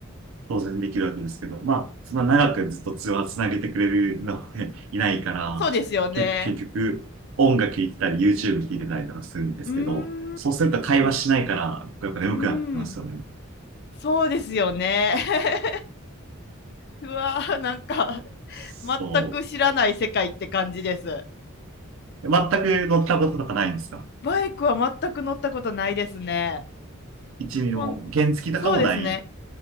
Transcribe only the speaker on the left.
そうですよね。
うーん。
うん、
うん、そうですよね。<laughs> うわー、なんか、<laughs>
全く知らない世界って感じです。
バイクは全く乗ったことないですね。
ほん
そうですね。